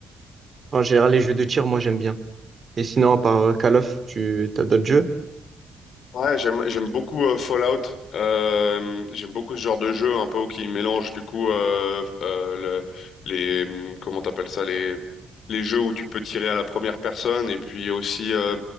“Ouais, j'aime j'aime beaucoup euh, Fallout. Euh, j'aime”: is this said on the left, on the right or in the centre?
Left